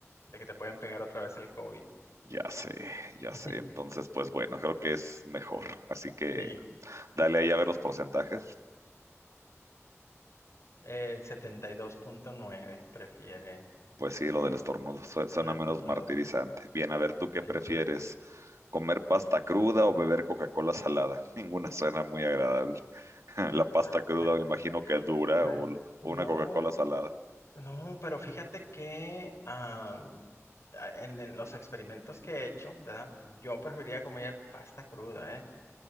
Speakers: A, on the left; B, on the right.
A: de que te pueden pegar otra vez el COVID.
B: ya sé, ya
A: <laughs>
B: sé. Entonces, pues bueno, creo que es mejor. Así que
A: Sí.
B: dale ahí a ver los porcentajes.
A: El setenta y dos punto nueve prefiere
B: Pues sí, lo del estornudo su- suena
A: lo de
B: menos
A: estornudo.
B: martirizante. Bien, a ver, ¿tú qué
A: Sí.
B: prefieres? ¿Comer pasta cruda o beber Coca-Cola salada? <laughs> Ninguna suena muy agradable. <laughs> La pasta
A: Hasta
B: cruda
A: cruda.
B: me imagino que es dura
A: Pues,
B: o o
A: no.
B: una Coca-Cola salada.
A: No, pero fíjate que am, a- en el- los experimentos que he hecho, ¿verdad? Yo preferiría comer pasta cruda, ¿eh?